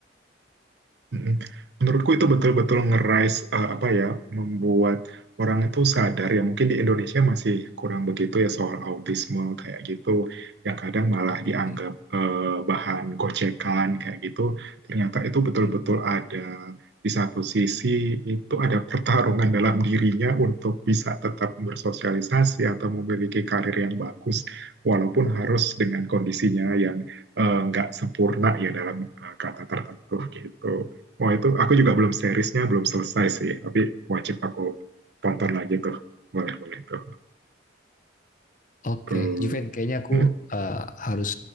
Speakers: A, on the right; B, on the left.
A: Mm-mm. Menurutku itu betul-betul ngerais eh, apa ya membuat orang itu sadar ya mungkin di Indonesia masih kurang begitu ya soal autisme kayak gitu yang kadang malah dianggap
B: Hmm.
A: eh, bahan gocekan kayak gitu ternyata itu betul-betul ada di satu sisi itu ada pertarungan <laughs> dalam dirinya untuk bisa tetap bersosialisasi atau memiliki karir yang bagus walaupun harus dengan kondisinya yang eh, nggak sempurna ya dalam eh, kata tertentu gitu. Wah itu aku juga belum seriesnya belum selesai sih, tapi wajib aku tonton lagi tuh. Boleh boleh tuh.
B: Oke,
A: Tuh.
B: Juven, kayaknya aku
A: Hmm.
B: eh, harus